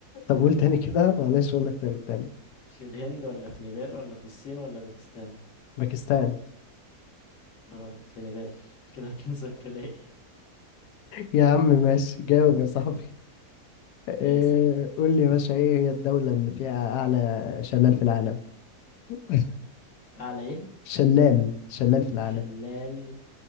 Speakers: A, on the left; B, on the left.
A: طب قول تاني كده معلش والله اختيار التاني
B: <laughs> في الهند ولا في نيبال ولا في الصين ولا باكستان
A: باكستان
B: غلط في نيبال <laughs> كده 2-0 ليا <laughs>
A: يا عم ماشي جاوب يا صاحبي إيه
B: اسأل
A: قول لي يا باشا ايه هي الدولة اللي فيها أعلى شلال في العالم <laughs>
B: أعلى إيه؟
A: شلال شلال في العالم
B: شلال